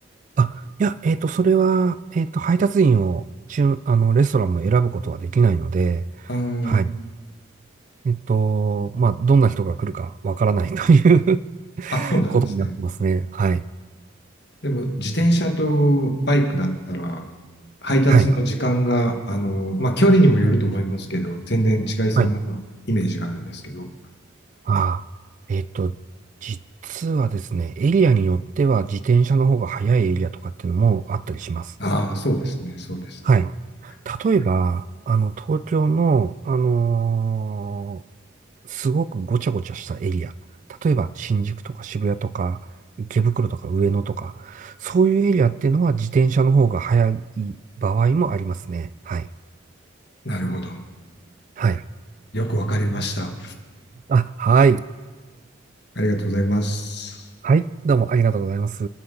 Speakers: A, on the right; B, on the left.
A: あ、いや、えっと、それは、えっと、配達員を、中、あの、レストランも選ぶことはできないので、
B: あー
A: はい。えっと、まあ、どんな人が来るかわからないという <laughs>
B: あ、そうなんですね。
A: ことになってますね。はい。
B: でも、自転車とバイクだったら、配達の時間が、
A: はい。
B: あのーまあ、距離にもよると思いますけど、全然違いそうなイメージがあるんですけど、
A: はい。ああ、えっと、実はですね、エリアによっては自転車の方が速いエリアとかっていうのもあったりします。
B: ああ、そうですね、そうですね。
A: はい。例えば、
B: うん
A: あの、東京の、あのーすごくごちゃごちゃしたエリア。例えば、新宿とか渋谷とか、池袋とか上野とか、そういうエリアっていうのは自転車の方が速い場合もありますね。はい。
B: なるほど。
A: はい。
B: よくわかりました。
A: あ、はい。
B: ありがとうございます。
A: はい。どうもありがとうございます。